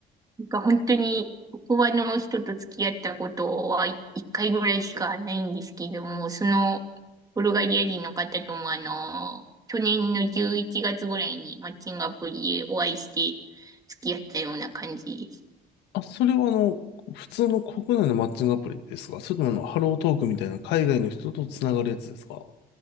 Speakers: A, on the right; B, on the left.
A: なんか本当に、ここはの人と付き合ったことはい一回ぐらいしかないんですけども、その、ブルガリア人の方ともあの、去年の11月ぐらいにマッチングアプリでお会いして付き合ったような感じです。
B: あ、それはあの、普通の国内のマッチングアプリですかそれともあの、ハロートークみたいな海外の人とつながるやつですか